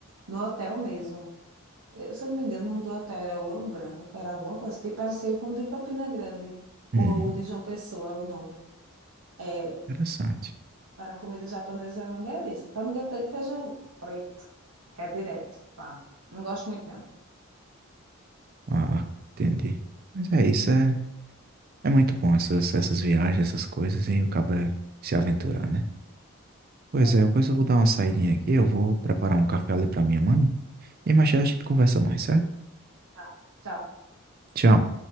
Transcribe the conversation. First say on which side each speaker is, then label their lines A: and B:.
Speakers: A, on the right (about 80°); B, on the right (about 40°).
A: no hotel mesmo. Eu, se eu não me engano, o nome do hotel era Ouro Branco, era alguma coisa que parecia com o de Campina Grande, ou
B: Hum,
A: o de João Pessoa, o nome. É,
B: interessante.
A: a comida japonesa era uma delícia. Só não gostei de feijão preto, que é direto. Pá. Não gosto muito, não.
B: Ah, entendi. Mas é isso, é. É muito bom essas, essas viagens, essas coisas, e acaba se aventurar, né? Pois
A: É.
B: é, pois eu vou dar uma saidinha aqui, eu vou preparar um café ali pra minha mãe, e mais tarde a gente conversa mais, certo?
A: Tá. Tchau.
B: Tchau.